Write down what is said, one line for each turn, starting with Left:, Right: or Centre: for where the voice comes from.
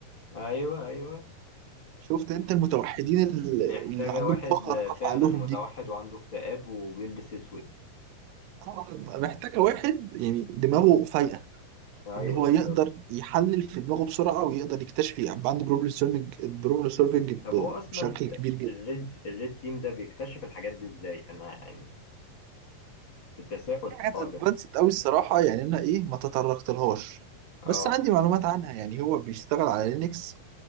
Left: ايوه ايوه
Right: شفت انت المتوحدين اللي
Left: محتاجة
Right: اللي عندهم
Left: واحد
Right: قوة خارقة
Left: آه، فعلا
Right: في عقلهم
Left: متوحد
Right: دي
Left: وعنده اكتئاب وبيلبس اسود
Right: طبعاً محتاجة واحد يعني دماغه فايقة
Left: ايوه
Right: ان هو
Left: بالظبط
Right: يقدر يحلل في دماغه بسرعة ويقدر يكتشف يعني عنده بروبلم سولفنج بروبلم سولفنج
Left: طب هو اصلا
Right: بشكل كبير جدا
Left: الريد الريد تيم ده بيكتشف الحاجات دي ازاي انا يعني في تساؤل
Right: في
Left: في
Right: حاجات
Left: الحوار
Right: ادفانسد
Left: ده
Right: قوي الصراحة يعني انا ايه ما تطرقتلهاش
Left: اه
Right: بس عندي معلومات عنها يعني هو بيشتغل على لينكس